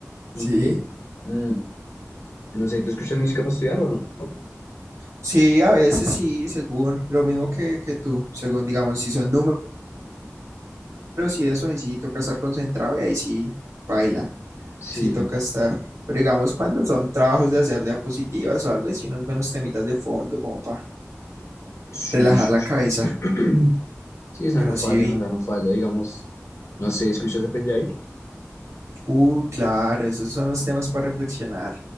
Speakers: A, on the right (about 70°); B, on the left (about 60°).
A: Sí.
B: ¿Y qué? Mm, no sé, ¿tú escuchas música para estudiar o no?
A: Sí, a veces sí, según lo mismo que, que tú, según digamos, si son números y eso, ahí sí toca estar concentrado y ahí sí baila,
B: Sí,
A: sí toca estar, pero digamos cuando son trabajos de hacer diapositivas o algo, sí unos buenos temitas de fondo como para
B: sí,
A: relajar
B: sí,
A: la
B: sí.
A: cabeza,
B: <clears throat> Sí, esa
A: pero
B: no falla,
A: sí vi,
B: no, esa no falla. Digamos, no sé, ¿escuchas a Penjair?
A: uh, claro, esos son los temas para reflexionar,